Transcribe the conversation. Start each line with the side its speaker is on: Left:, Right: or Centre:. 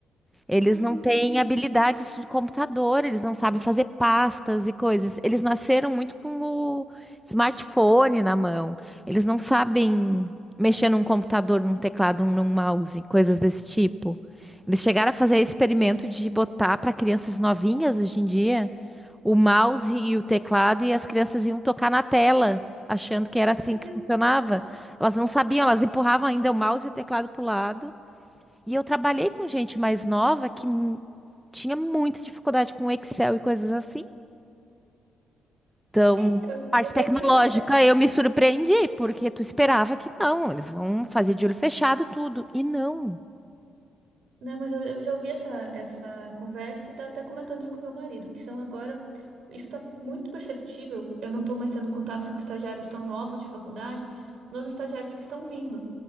Centre: Eles
Right: Hum.
Centre: não têm habilidades de computador, eles não sabem fazer pastas e coisas. Eles nasceram muito com o smartphone na mão. Eles não sabem mexer num computador, num teclado, num mouse, coisas desse tipo. Eles chegaram a fazer experimento de botar para crianças novinhas hoje em dia o mouse e o teclado e as crianças iam tocar na tela, achando que era assim
Right: <laughs>
Centre: que funcionava. Elas não sabiam, elas empurravam ainda o mouse e o teclado para o lado. E eu trabalhei com gente mais nova que hum, tinha muita dificuldade com Excel e coisas assim. Então,
Right: É, então, eu
Centre: parte
Right: eu já
Centre: tecnológica,
Right: ouvi essa.
Centre: eu me surpreendi, porque tu esperava que não, eles vão fazer de olho fechado tudo. E não.
Right: Não, mas eu, eu já ouvi essa, essa conversa e estava até comentando isso com meu marido, que são agora. Isso está muito perceptível. Eu não estou mais tendo contato com estagiários tão novos de faculdade, nos estagiários que estão vindo.